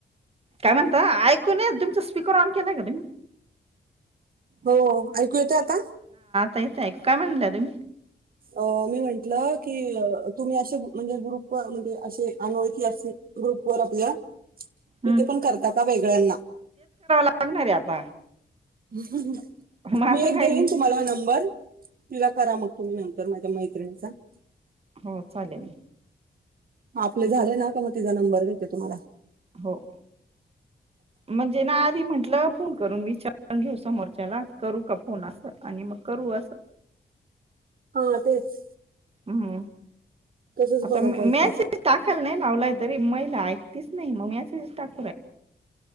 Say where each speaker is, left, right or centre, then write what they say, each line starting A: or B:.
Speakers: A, on the right; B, on the right.
A: काय म्हणता ऐकू नाय येत, तुमच स्पीकर ऑन केलाय का तुम्ही?
B: हो ऐकू येतोय आता?
A: ता येतय काय म्हणल्या तुम्ही,
B: ओ मी म्हंटलं की तुम्ही असे म्हणजे ग्रुप वर म्हणजे असे अनोळखी असतील ग्रुप वर आपल्या. तर
A: हम्म
B: ते पण करता का वेगळ्यांन
A: लागणारे आता.
B: हुं
A: मग आता
B: मी एकदा
A: काय
B: येईन
A: हम्म
B: तुम्हाला नंबर तिला करा मग तुम्ही नंतर मैत्रिणीचा.
A: हो चालेल.
B: आपले झाले ना का मग तिचा नंबर देते तुम्हाला.
A: हो म्हणजे ना आधी म्हटलं फोन करून, विचारून घेऊ समोरच्याला करू का फोन अस आणि मग करू असं
B: हा तेच.
A: हम्म.
B: तसंच
A: आता
B: बरं
A: मे
B: पडतं
A: मेसेज टाकायला नाही. नावलाय तरी महिला ऐकतीच नाही, मग मेसेज टाक